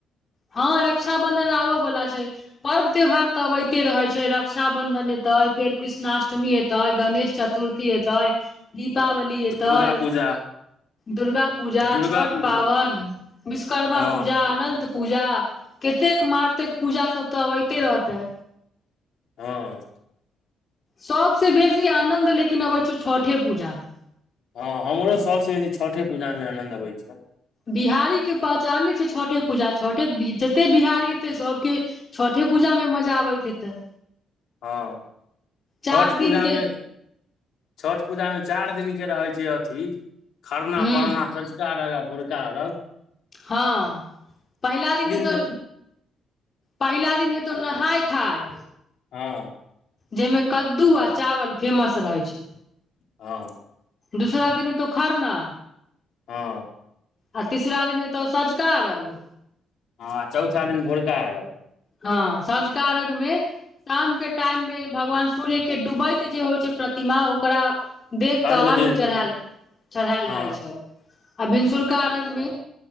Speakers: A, on the left (about 35°); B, on the left (about 70°).
A: हँ रक्षााबंधन आबऽ बला छै। पर्व त्यौहार तऽ अबैते रहैत छै रक्षााबन्धन एतैय फेर पृष्णाष्टमी एतैय गणेश चतुर् ती एतैय दीपावली एतैय।
B: दुर्गा पूजा
A: दुर्गा पूजा
B: दुर्गा
A: छठ
B: पूजा
A: पाबन विश्वकर्मा
B: हँ
A: पूजा अनन्त पूजा केतेक मारतेक पूजा सब तऽ अबैते रहते।
B: हँ।
A: सबस बेसी आनंन्द लेकिन अबै छौ छठे पूजा मे।
B: हँ हमरो सभसँ बेसी छठे पूजामे आनंद अबैत छौ।
A: बिहारीके पहचाने छै छठे पूजा छठे जते बिहारी हेतै सभके छठे पूजामे मजा आबैत हेतय।
B: हँ।
A: चार
B: छठ पूजामे
A: दिन के
B: छठ पूजामे चारि दिनके रहै छै अथी खरना
A: हूँ
B: पड़ना सँझका अरघ आ भोरका अरघ।
A: हँ पहिला दिन हेतो
B: से
A: पहिला दिन हेतौ नहाय खाय।
B: हँ।
A: जाइमे कद्दू आ चावल फेमस रहे छै।
B: हँ।
A: दूसरा दिने हेतो खरना।
B: हँ।
A: आ तीसरा दिन हेतौ सँझुका अरघ।
B: हँ चौथा दिन भोरका अरघ।
A: हँ सँंझुका अर्घ्य में। शाम के टाईम में, भगवान सूर्य के डूबैत जे होइ छै, प्रतिमा ओकरा देख क
B: अर्घ
A: अर्घ्य
B: देल
A: चढ़ायल -चढ़ायल
B: हँ
A: जाइ छै, आ भिनसुरका अर्घ्य में